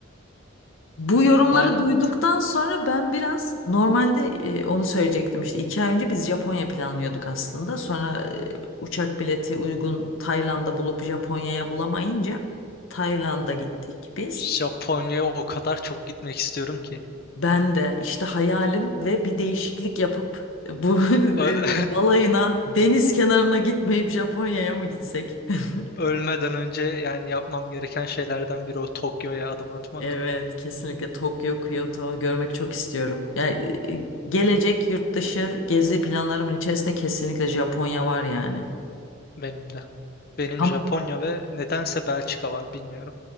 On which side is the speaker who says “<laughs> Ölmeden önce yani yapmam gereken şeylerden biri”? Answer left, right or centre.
Left